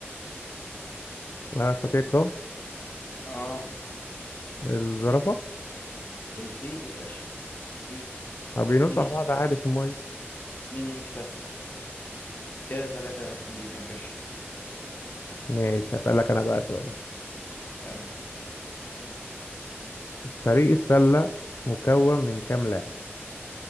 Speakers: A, on the left (about 65°); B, on the left (about 50°).
A: لا تستطيع القفز
B: اه
A: الزرافة
B: الفيل يا باشا الفيل
A: ما بينطوا
B: مين يك-
A: على بعض عادي في المية
B: مين يكسب كده تلاتة اتنين يا باشا
A: ماشي هسألك أنا بقى سؤال
B: اسألني
A: فريق السلة مكون من كام لاعب؟